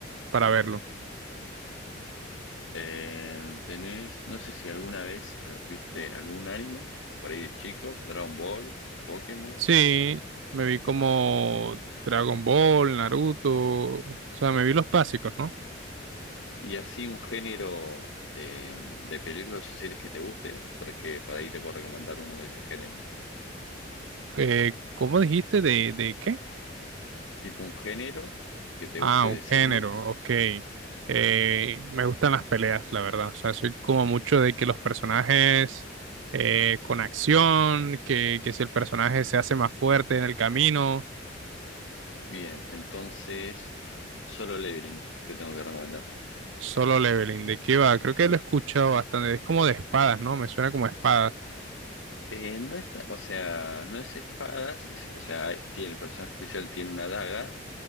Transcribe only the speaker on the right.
para verlo?
Sí, me vi como Dragon Ball, Naruto, o sea, me vi los básicos, ¿no?
Eh, ¿cómo dijiste de, de qué?
Ah,
un
género, ok. Eh, me gustan las peleas, la verdad. O sea, soy como mucho de que los personajes eh, con acción, que, que si el personaje se hace más fuerte en el camino,
solo leveling. ¿De qué va? Creo
que lo he escuchado bastante. Es como de espadas, ¿no? Me suena como espadas.